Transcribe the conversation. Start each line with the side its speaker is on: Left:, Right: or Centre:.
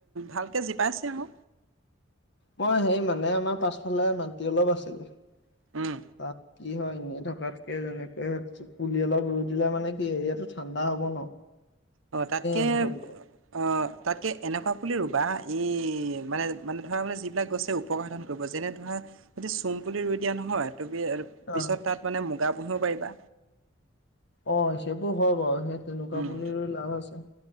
Right: ভালকৈ জিপাইছে আৰু।
Left: মই সেই মানে আমাৰ পাছফালে মাটি অলপ আছিলে তাত।
Right: উম
Left: কি হয় এনেই থকাতকে যেনেকে পুলি অলপ ৰুই দিলে মানে কি এৰিয়াটো ঠাণ্ডা হ'ব ন। <unintelligible>
Right: অ, তাতকে।
Left: অঞ্চল
Right: অ, তাতকে এনেকুৱা পুলি ৰুবা ই মানে মানে ধৰা মানে যিবিলাক গছেও। উপসাধন কৰিব যেনে ধৰা যদি চোম পুলি ৰুই দিয়া নহয় ত
Left: অ',
Right: পিছত তাত মানে মুগা পুহিব পাৰিবা।
Left: অ, সেইবোৰ হয় বাৰু সেই তেনেকুৱা
Right: উম
Left: পুলিৰো লাভ আছে।